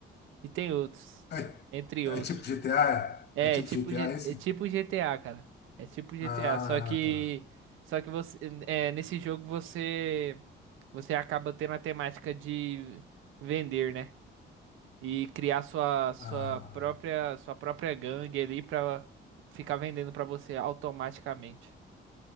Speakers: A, on the right (about 90°); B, on the left (about 55°).
A: E tem outros,
B: É,
A: entre outros.
B: é tipo GTA?
A: É,
B: É É tipo
A: tipo,
B: GTA
A: G-
B: esse?
A: é tipo GTA, cara. É tipo GTA,
B: Ah,
A: só que
B: tá.
A: só que você é, nesse jogo você você acaba tendo a temática de vender, né? E criar sua sua
B: Ah,
A: própria sua própria gangue ali pra ficar vendendo pra você automaticamente.